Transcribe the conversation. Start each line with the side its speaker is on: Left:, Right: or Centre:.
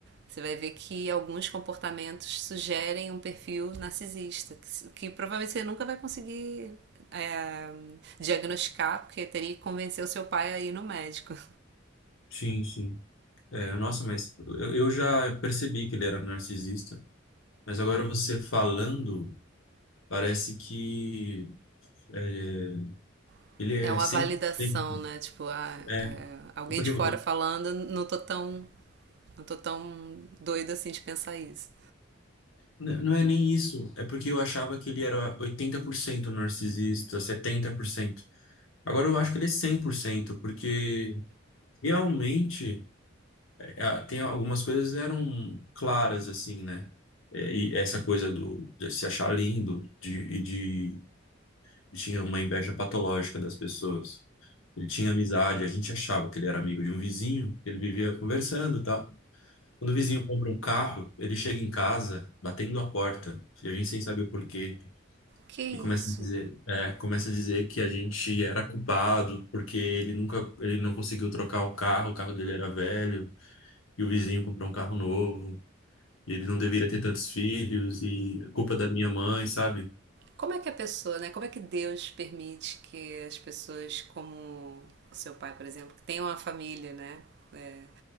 Right: você vai ver que alguns comportamentos sugerem um perfil narcisista, que, que provavelmente você nunca vai conseguir é, diagnosticar, porque teria que convencer o seu pai a ir no médico
Left: sim, sim. É, nossa, mas eu, eu já percebi que ele era narcisista, mas agora você falando, parece que é,
Right: <laughs>
Left: ele é
Right: é uma
Left: sempre.
Right: validação,
Left: sempre.
Right: né? Tipo, ah,
Left: É,
Right: é, alguém
Left: porque
Right: de fora falando, não tô tão Não tô tão doida assim de pensar isso.
Left: N- Não é nem isso, é porque eu achava que ele era 80% narcisista, 70%. Agora eu acho que ele é 100%, porque realmente é, tem algumas coisas que eram claras assim, né? É, E essa coisa do de se achar lindo de, e de tinha uma inveja patológica das pessoas. Ele tinha amizade, a gente achava que ele era amigo de um vizinho, ele vivia conversando, e tal. Quando o vizinho compra um carro, ele chega em casa batendo a porta, e a gente sem saber o porquê.
Right: Que isso?
Left: E começa a dizer, é, começa a dizer que a gente era culpado porque ele nunca, ele não conseguiu trocar o carro, o carro dele era velho e o vizinho comprou um carro novo. E ele não deveria ter tantos filhos e a culpa da minha mãe, sabe?
Right: Como é que a pessoa, né? Como é que Deus permite que as pessoas como o seu pai, por exemplo, que tenham uma família, né? É,